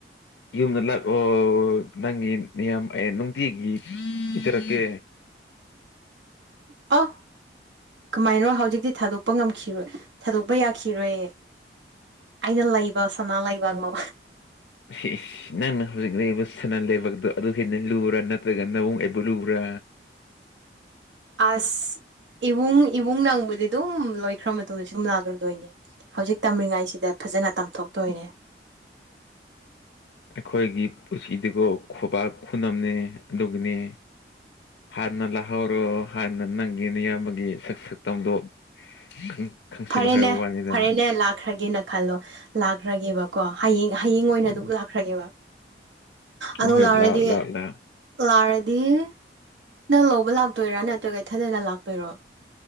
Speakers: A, on the left (about 75°); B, on the right (about 85°).
A: ꯌꯨꯝꯗ ꯂꯥꯛꯑꯣ ꯅꯪꯒꯤ ꯃꯌꯥꯝ ꯑꯩ ꯅꯨꯡꯇꯤꯒꯤ ꯄꯤꯖꯔꯛꯀꯦ
B: ꯑꯣ ꯀꯃꯥꯏꯅꯣ ꯍꯧꯖꯤꯛꯇꯤ ꯊꯥꯗꯣꯛꯄ ꯉꯝꯈꯤꯔꯣꯏ ꯊꯥꯗꯣꯛꯄ ꯌꯥꯈꯤꯔꯣꯏ ꯑꯩꯅ ꯂꯩꯕ ꯁꯅꯥ ꯂꯩꯕꯥꯛ ꯃꯥ
A: <unintelligible> ꯅꯪꯅ ꯍꯧꯖꯤꯛ ꯂꯩꯔꯤꯕ ꯁꯅꯥ ꯂꯩꯕꯥꯛꯇꯣ ꯑꯗꯨ ꯍꯦꯟꯅ ꯂꯨꯨꯔꯥ ꯅꯠꯇ꯭ꯔꯒ ꯅꯕꯨꯡ ꯑꯩꯕꯨ ꯂꯨꯕ꯭ꯔꯥ
B: ꯑꯁ ꯏꯕꯨꯡ ꯏꯕꯨꯡ ꯅꯪꯕꯨꯗꯤ ꯑꯗꯨꯝ ꯂꯣꯏꯈ꯭ꯔꯥ ꯃꯇꯨꯡꯗꯁꯨ ꯁꯨꯝ ꯂꯥꯛꯂꯗꯣꯏꯅꯦ ꯍꯧꯖꯤꯛ ꯇꯝꯂꯤꯉꯥꯏꯁꯤꯗ ꯐꯖꯅ ꯇꯝꯊꯣꯛꯇꯣꯏꯅꯦ
A: ꯑꯩꯈꯣꯏꯒꯤ ꯄꯨꯟꯁꯤꯗꯤꯒꯣ ꯈꯨꯕꯥꯛ ꯈꯨꯅꯝꯅꯦ ꯑꯗꯨꯒꯨꯅꯦ ꯍꯥꯟꯅ ꯂꯥꯛꯍꯧꯔꯣ ꯍꯥꯟꯅ ꯅꯪꯒꯤ ꯅꯌꯥꯝꯕꯒꯤ ꯁꯛ ꯁꯛꯇꯝꯗꯣ <unintelligible>
B: ꯐꯔꯦꯅꯦ
A: ꯍꯥꯏꯕ ꯋꯥꯅꯤꯗ
B: ꯐꯔꯦꯅꯦ ꯂꯥꯛꯈ꯭ꯔꯒꯦꯅ ꯈꯜꯂꯣ ꯂꯥꯛꯈ꯭ꯔꯒꯦꯕꯀꯣ ꯍꯌꯦꯡ ꯍꯌꯦꯡ ꯑꯣꯏꯅ
A: ꯎꯝ
B: ꯑꯗꯨꯝ ꯂꯥꯛꯈ꯭ꯔꯒꯦꯕ
A: ꯍꯣꯏ
B: ꯑꯗꯨ
A: ꯍꯣꯏ
B: ꯂꯥꯛꯔꯗꯤ
A: ꯂꯥꯛꯑꯣ ꯂꯥꯛꯑꯣ ꯂꯥꯛꯑꯣ
B: ꯂꯥꯛꯔꯗꯤ ꯅꯪ ꯂꯧꯕ ꯂꯥꯛꯇꯣꯏꯔꯥ ꯅꯠꯇ꯭ꯔꯒ ꯏꯊꯟꯗꯅ ꯂꯥꯛꯇꯣꯏꯔꯣ